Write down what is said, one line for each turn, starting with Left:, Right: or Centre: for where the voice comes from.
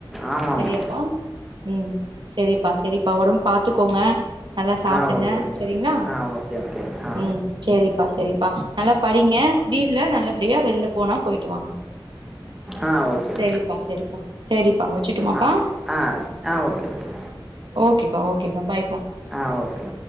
Centre: ஆமாமா.
Right: சரியாப்பா ம் செரிப்பா செரிப்பா ஒடம் பாத்துக்கோங்க நல்லா சாப்டுங்க
Centre: ஆ ஓகேங்க.
Right: செரிங்களா
Centre: ஆ ஓகே, ஓகே. ஆ.
Right: ம் செரிப்பா சரிப்பா நல்லா படிங்க லீவ்ல நல்லபடியா வெளில போனா போயிட்டு வாங்க
Centre: ஆ ஓகே.
Right: செரிப்பா செரிப்பா சேரிப்பா வச்சுட்டுமாப்பா
Centre: ஆ. ஆ ஆ ஓகே ஓகே
Right: ஓகேப்பா ஓகேப்பா பாய்ப்பா
Centre: ஆ ஓகே